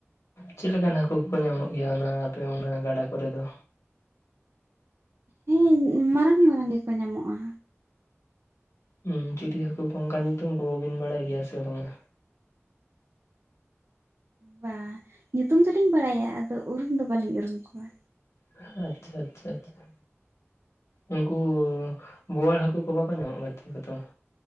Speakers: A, on the left; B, on the right.
A: ᱪᱮᱫ ᱞᱮᱠᱟᱱ ᱦᱟᱹᱠᱩ ᱠᱚᱠᱚ ᱧᱟᱢᱚᱜ ᱜᱮᱭᱟ ᱚᱱᱟ ᱟᱯᱮ ᱚᱱᱟ ᱜᱟᱰᱟ ᱠᱚᱨᱮ ᱫᱚ
B: ᱦᱮᱸ ᱢᱟᱨᱟᱝ ᱢᱟᱨᱟᱝ ᱜᱮᱠᱚ ᱧᱟᱢᱚᱜᱼᱟ
A: ᱦᱩᱸ ᱪᱤᱞᱤ ᱦᱟᱹᱠᱩ ᱠᱚ ᱚᱱᱠᱟ ᱧᱩᱛᱩᱢ ᱠᱚᱵᱤᱱ ᱵᱟᱲᱟᱭ ᱜᱮᱭᱟ ᱥᱮ ᱵᱟᱝᱟ
B: ᱵᱟᱝ ᱧᱩᱛᱩᱢ ᱫᱚᱞᱤᱧ ᱵᱟᱲᱟᱭᱟ ᱟᱫᱚ ᱩᱨᱩᱢ ᱫᱚ ᱵᱟᱞᱤᱧ ᱩᱨᱩᱢ ᱠᱚᱣᱟ
A: ᱟᱪᱪᱷᱟ ᱟᱪᱪᱷᱟ ᱟᱪᱪᱷᱟ ᱩᱱᱠᱩ ᱵᱳᱣᱟᱲ ᱦᱟᱹᱠᱩ ᱠᱚ ᱵᱟᱠᱚ ᱧᱟᱢᱚᱜ-ᱟ ᱜᱟᱛᱮ ᱠᱚᱫᱚ